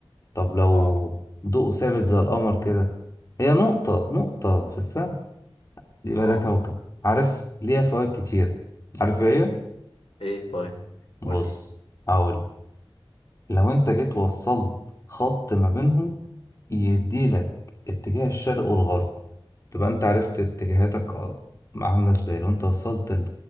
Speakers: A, on the left; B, on the left.
A: طب لو
B: اه
A: ضوء ثابت زي القمر كده هي نقطه نقطه في السماء يبقى
B: اه
A: ده كوكب عارف ليها فوائد كتيره عارف ايه هي؟
B: ايه طيب
A: بص
B: قول لي
A: هقول لو انت جيت وصلت خط ما بينهم يديلك اتجاه الشرق والغرب تبقى انت عرفت اتجاهاتك اه عاملة ازاي لو انت وصلت ال-